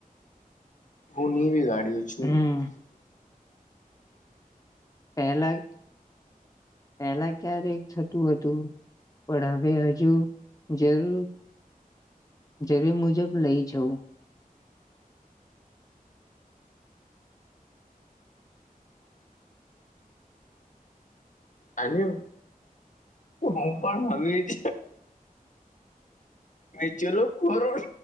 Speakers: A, on the left; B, on the left.
A: હું નહી બગાડીયો છું
B: હમ પહેલા પેલા ક્યારેક થતું હતું. પણ હવે હજુ જરૂર જરૂર મુજબ લઈ જઉું
A: અને હું પણ હ મેચલું <unintelligible>